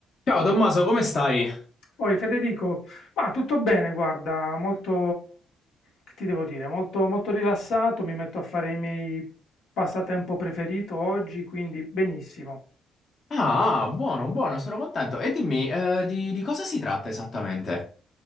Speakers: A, on the left; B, on the left.
A: Ciao Tommaso, come stai?
B: Poi Federico, ma tutto bene, guarda, molto, che ti devo dire, molto, molto rilassato, mi metto a fare i miei passatempo preferito oggi, quindi benissimo.
A: Ah, ah, buono, buono, sono contento. E dimmi, eh, di, di cosa si tratta esattamente?